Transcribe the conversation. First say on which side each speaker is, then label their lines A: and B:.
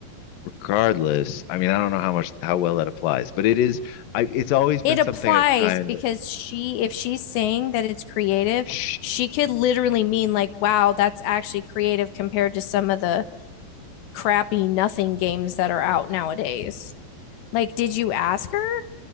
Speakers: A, on the left; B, on the left.
A: regardless, I mean, I don't know how much how well that applies, but it is. I it's always been
B: It applies
A: something I've kind
B: because she if she's saying that it's creative,
A: of.
B: she could literally mean like wow, that's actually creative compared to some of the crappy nothing games that are out nowadays. Like, did you ask her?